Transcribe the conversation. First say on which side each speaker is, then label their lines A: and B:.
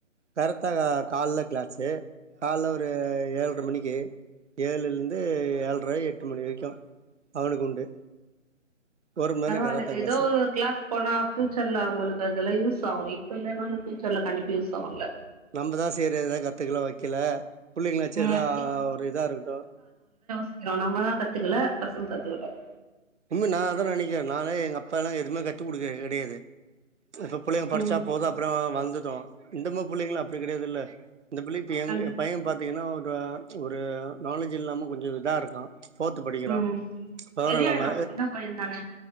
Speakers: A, on the right; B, on the right.
A: கரெக்டா க கால்ல கிளாஸு கால்ல ஒரு ஏழரை மணிக்கு ஏழுல இருந்து ஏழ்ர எட்டு மணி வரைக்கும் அவனுக்கு உண்டு ஒரு மணி
B: பரவாயில்ல
A: நேர கராத்தே கிளாஸு
B: ஏதோ ஒரு கிளாஸ் போனா ஃபீயூச்சர்ல அவங்களுக்கு அதெல்லாம் யூஸ் யூஸ் ஆவும் இப்ப இல்ல ஃபியூச்சர்ல கண்டிப்பா யூஸ் ஆகும்ல
A: நம்மதான் சரி ஏதும் கத்துக்கல வைக்கல பிள்ளைங்களாச்சும்
B: ம்
A: ஏதா ஒரு இதா இருக்கட்டும்
B: சிக்றோம் நம்மதான் கத்துக்கல பசங்க கத்துக்கட்டும்
A: உண்மை நான் அதான் நினைக்கிறேன் நான எங்க அப்பா எல்லாம் எதுவுமே கத்துகுடுக்க கிடையாது இப்ப பிள்ளைங்க படிச்சா
B: ம்
A: போதும் அப்புறம் வந்துட்டோம் இந்தமா புள்ளைங்களா அப்டி கெடையாது இல்ல இந்த பிள்ளை இப்ப எங்க
B: கண்டிப்பா
A: பையன் பாத்தீங்கன்னா ஒரு ஆ ஒரு நாலேஜ் இல்லாம கொஞ்சம் இதா இருக்கான் ஃபோர்த்து படிக்கறான்
B: ம்
A: வெவரம்
B: சரியாயிடு
A: இல்லாம
B: சின்ன பையன் தானே